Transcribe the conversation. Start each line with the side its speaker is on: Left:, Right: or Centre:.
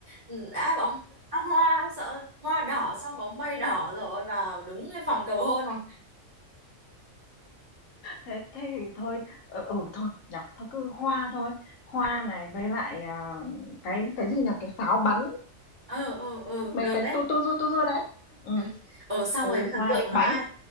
Right: Ừ, Đã bóng đã hoa sợ hoa đỏ xong bóng bay đỏ rồi vào đúng cái phòng cầu hôn này.
Left: Thế thế thì thôi, ờ, ừ, thôi, nhặt thôi cứ hoa thôi, hoa này với lại, à, cái cái gì nhỉ, cái pháo bắn,
Right: Ờ ờ ờ
Left: mấy
Right: được
Left: cái
Right: đấy.
Left: tua tua rua, tua rua đấy. Ừ,
Right: Ừ. Ờ xong
Left: ừ,
Right: rồi cái thần
Left: hoa
Right: tượng
Left: với bánh,
Right: nó ai?